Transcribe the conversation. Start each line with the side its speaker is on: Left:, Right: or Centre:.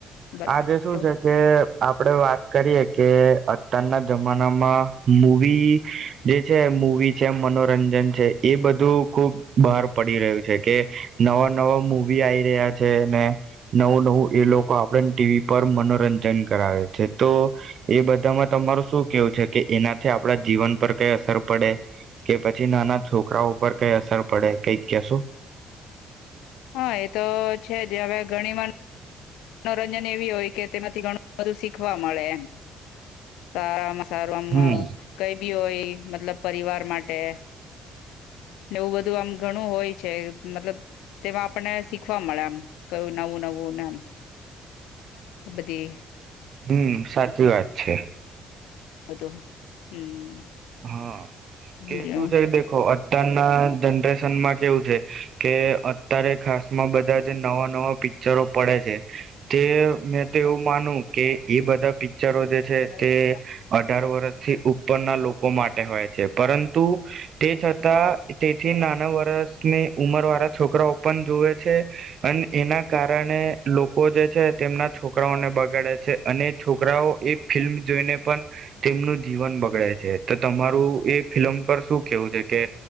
Left: બરોબર
Right: આજે શું છે કે આપડે વાત કરીએ કે અત્યારના જમાનામાં મૂવી જે છે મૂવી છે મનોરંજન છે એ બધું ખુબ બહાર પડી રહ્યું છે કે નવા નવા મુવ વી આઈ રહ્યા છે ને નવું નવું એ લોકો આપણે ટીવી પર મનોરંજન કરાવે છે તો એ બધામાં તમારું શું કેવું છે કે એનાથી આપણા જીવન પર કઈ અસર પડે કે પછી નાના છોકરાઓ પર કઈ અસર પડે કઈક કેશો.
Left: હા એ તો છે જ હવે ઘણી વાર મનોરંજન એવી હોય કે તેમાંથી ઘણું બધું શીખવા મળે એમ સારા મા સારુંમાં
Right: હમ
Left: કઈ બી હોય મતલબ પરિવાર માટે એવું બધું આમ ઘણું હોય છે મતલબ તેમાં આપણને શીખવા મળે આમ કયું નવું નવુંને આમ બધી
Right: હમ સાચી વાત છે.
Left: હ તો હમ
Right: હા કે
Left: બીજું
Right: શું છે દેખો અત્યારના જનરેશનમાં કેવું છે કે અત્યારે ખાસમાં બધા જ નવા નવા પિક્ચરો પડે છે તે મેં તો એવું માનું કે એ બધા પી ચરો જે છે
Left: ના
Right: તે અઢાર વર્ષથી ઉપરના લોક માટે હોય છે પરંતુ તે છતાં તેથી નાના વર્ષ થી ઉમર વારા જ છોકરાઓ પણ જુવે છે અને એના કારણે લોકો જે છે તેમના છોકરાઓને બગાડે છે અને છોકરાઓ એ ફિલ્મ જોઈને પણ તેમનું જીવન બગડે છે. તો તમારું એ ફિલ્મ પર શું કેવું છે કે